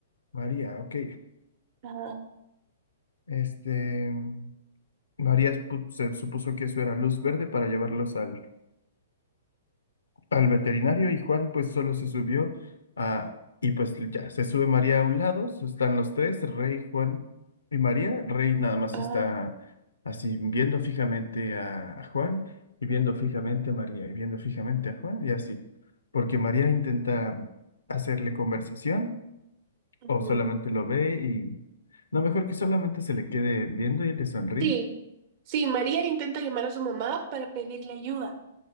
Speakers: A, on the left; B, on the right.
A: María, ok.
B: Ah,
A: Este, María spu- se supuso que eso era luz verde para llevarlos al, al veterinario y Juan pues solo se subió a, y pues ya, se sube María a un lado, so- están los tres, Rey, Juan y María. Rey nada más
B: ah,
A: está así viendo fijamente a, a Juan y viendo fijamente a María y viendo fijamente a Juan y así, porque María intenta hacerle conversación
B: ujú.
A: o solamente lo ve y... No, mejor que solamente se le quede viendo y le sonríe.
B: Sí, sí, María intenta llamar a su mamá para pedirle ayuda,